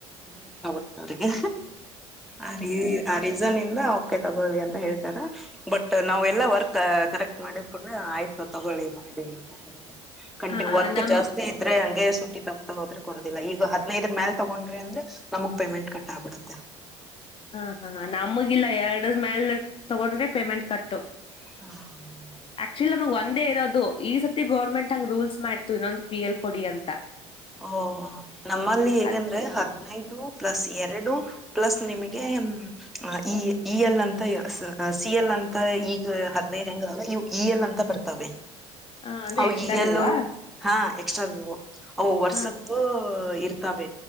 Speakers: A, in the centre; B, on the left.
A: ಮುಖಡ್ತ ಅವ್ರಿಗೆ ಆ ರೀ ಆ ರೀ ಜನಂದ ಒಕೆ ತಗೊಳ್ಳಿ ಅಂತ ಹೇಳ್ತಾರ ಬಟ್ ನಾವ ಎಲ್ಲ ವರ್ಕ್ ಕರೆಕ್ಟ್ ಮಾಡಿದಕೊಂಡೆ ಆಯ್ತು ತಗೊಳ್ಳಿ ಮಾಡಿ ಅಂತ ಹೇಳ್ತಾರೆ ಕಂಟೀ
B: ಹ
A: ವರ್ತ
B: ನಮ್
A: ಜಾಸ್ತಿ ಇದ್ರೆ ಹಂಗೆ ಸುಟ್ಟಿ ತಗತಾ ಹದ್ರೆ ಕೊಡುದಿಲ್ಲ ಈಗ ಹದನೈದ ಮೇಲ್ ತಗೊಂಡ್ರೆ ಅಂದ್ರೆ ನಮಗ್ ಪೇಮೆಂಟ್ ಕಟ್ಟಾಬ ಬಿಡುತ್ತೆ
B: ಹಾ ಹಾ ನಮಗಿಲ್ಲಾ ಎರಡ್ ಮ್ಯಾಲ ತಗೊಂಡ್ರೆ ಪೇಮೆಂಟ್ ಕಟ್ಟು
A: ಹ್ಮ
B: ಆಕ್ಚುಲಿ ನಮಗೆ ಒಂದೇ ಇರೋದು ಈ ಸತಿ ಗೌರ್ಮೆಂಟ್ ಹಂಗ್ ರೂಲ್ಸ್ ಮಾಡ್ತು ಇನ್ನೊಂದು ಪಿ ಎಲ್ ಕೊಡಿ ಅಂತ
A: ಹಾ ಹಾ. ನಮ್ಮಲ್ಲಿ ಹೇಗಂದ್ರೆ
B: ಅದ್
A: ಹದ್ನೈದು ಪ್ಲಸ್ ಎರಡು ಪ್ಲಸ್ ನಿಮಗೆ. ಆ ಈ ಈ ಎಲ್ಲಂತ ಸಿ ಎಲ್ ಅಂತ ಈಗ ಹದ್ನೈದು ಹೆಂಗ ಇವ. ಇ ಯ ಲ್ ಅಂತ ಬರ್ತವೆ.
B: ಆ ಅಂದ್ರೆ
A: ಅವ
B: ಎಕ್ಸ್ಟ್ರಾ
A: ಇ ಯ
B: ಲೀವಾ
A: ಲೂ ಹಾ ಎಕ್ಸ್ಟ್ರಾವು ಅವು ವರ್ಸ.
B: ಹಾ
A: ಇರ್ತಾವೆ